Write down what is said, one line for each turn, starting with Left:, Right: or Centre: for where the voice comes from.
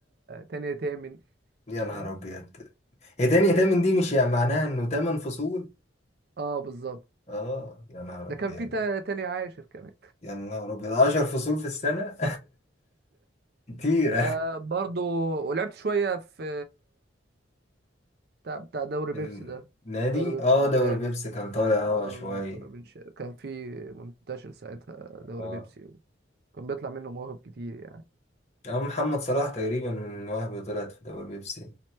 Right: تانية تامن
Left: يا نهار
Right: فاهم؟
Left: أبيض هي تاني
Right: نطيت
Left: تمن دي مش يعني معناها إنه تمن فصول؟
Right: اه بالظبط
Left: اه يا نهار
Right: ده
Left: أبيض
Right: كان في تا- تانية عاشر كمان
Left: يا نهار أبيض عشر فصول في السنة <laughs> كتير
Right: فبرضه ولعبت شوية في بتاع بتاع دوري
Left: النادي
Right: بيبسي ده دوري بيبسي
Left: اه
Right: المدارس
Left: دوري بيبسي كان طالع اه
Right: آه،
Left: شوية
Right: كنا بنش... كان في منتشر ساعتها دوري
Left: اه
Right: بيبسي وكان بيطلع منه مواهب كتير يعني
Left: أو محمد صلاح تقريبا من وهب طلعت في دوري بيبسي